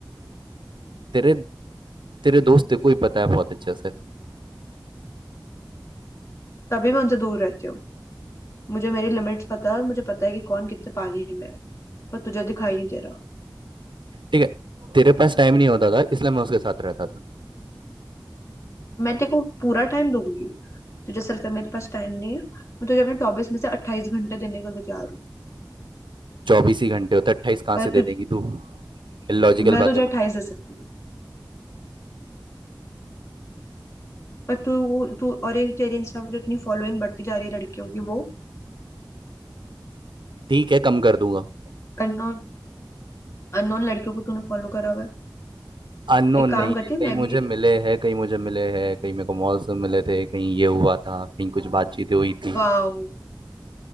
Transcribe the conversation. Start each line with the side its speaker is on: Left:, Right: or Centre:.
Right: तेरे तेरे दोस्त तेरे को ही पता है बहुत अच्छे से
Left: तभी मैं उनसे दूर रहती हूँ मुझे मेरी लिमिट्स पता है और मुझे पता है कि कौन कितने पानी में है पर तुझे दिखाई नहीं दे रहा
Right: ठीक है तेरे पास टाइम नहीं होता था इसलिए मैं उसके साथ रहता था
Left: मैं तेरे को पूरा टाइम दूंगी तुझे ऐसा लगता है मेरे पास टाइम नहीं है मैं तुझे अपने चौबीस में से अट्ठाईस घंटे देने के लिए तैयार हूँ
Right: चौबीस ही घंटे होते अट्ठाईस कहाँ
Left: पर
Right: से दे
Left: तुझ
Right: देगी तू लॉजिकल
Left: मैं तुझे
Right: बातें मत
Left: अट्ठाईस दे सकती हूँ पर तू तू और ये तेरे इंस्टा पर जो इतनी फॉलोइंग बढ़ती जा रही है लड़कियों की वो
Right: ठीक है कम कर दूंगा
Left: अननोन अननोन लड़कियों को तूने फॉलो करा हुआ है
Right: अननोन
Left: एक काम
Right: नहीं
Left: करती
Right: है
Left: हूँ
Right: कहीं
Left: मैं
Right: मुझे
Left: भी
Right: मिले हैं कहीं मुझे मिले हैं कहीं मेरे को मॉल से मिले थे कहीं ये हुआ था कहीं कुछ बातचीतें हुई थी
Left: वाओ